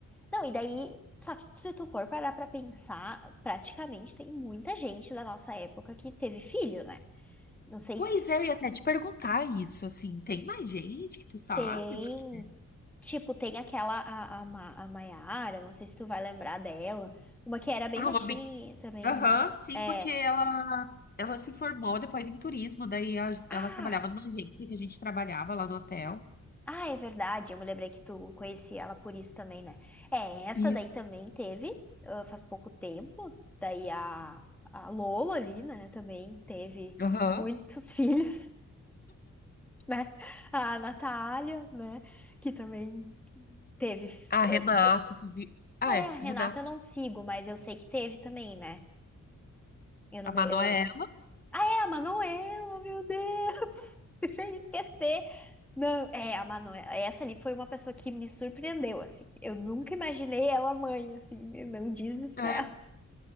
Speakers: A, in the centre; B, on the left.
A: Não, e daí... Só que se tu for parar pra pensar, praticamente tem muita gente da nossa época que teve filho, né? Não sei
B: Pois
A: se
B: é, eu ia até te perguntar isso, assim, tem mais gente que tu sabe?
A: tem
B: Porque...
A: Tipo, tem aquela, a, a, Ma- a Maiara, não sei se tu vai lembrar dela. Uma que era bem
B: Ah,
A: baixinha
B: uma bem...
A: e também.
B: Aham, sim,
A: É.
B: porque ela, ela se formou depois em turismo, daí a-
A: Ah!
B: ela trabalhava numa agência que a gente trabalhava lá no hotel.
A: Ah, é verdade. Eu me lembrei que tu conhecia ela por isso também, né? É, essa
B: Isso.
A: daí também teve, ah, faz pouco tempo. Daí a, a Lola ali, né? Também teve
B: Aham.
A: muitos <laughs> filhos, né? A Natália, né? Que também teve.
B: A Renata
A: ah, do-
B: teve... Ah,
A: Ah,
B: é,
A: é, a Renata
B: a Renata,
A: eu não sigo, mas eu sei que teve também, né? Eu não
B: a
A: me,
B: Manoela,
A: eu, Ah, é a Manuela, meu Deus! <laughs> Sem esquecer. Não, é, a Manuela. Essa ali foi uma pessoa que me surpreendeu, assim. Eu nunca imaginei ela mãe, assim. né, Não diz isso
B: né?
A: pra ela.